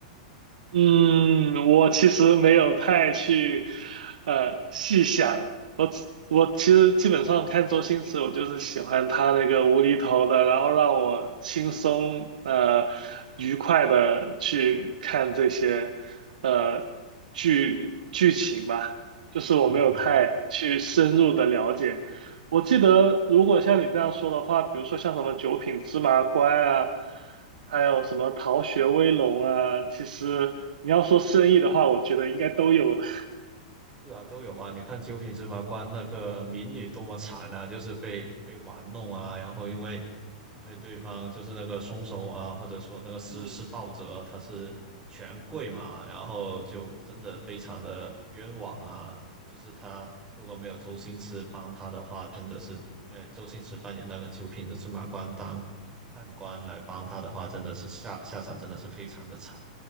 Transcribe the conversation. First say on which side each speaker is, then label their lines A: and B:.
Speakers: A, on the right; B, on the right.
A: 嗯，我其实没有太去呃细想，我只我其实基本上看周星驰，我就是喜欢他那个无厘头的，然后让我轻松呃愉快的去看这些呃剧剧情吧，就是我没有太去深入的了解。
B: 嗯。
A: 我记得，如果像你这样说的话，比如说像什么九品芝麻官啊，还有什么逃学威龙啊，其实你要说生意的话，我觉得应该都有的。
B: 是啊，都有啊。你看《九品芝麻官》那个民女多么惨啊，就是被被玩弄啊，然后因为因为对方就是那个凶手啊，或者说那个施施暴者啊他是权贵嘛，
A: <laughs> 嗯，
B: 然后就真的非常的冤枉啊。就是他如果没有周星驰帮他的话，真的是，呃，周星驰扮演那个九品的芝麻官当判官来帮他的话，真的是下下场真的是非常的惨。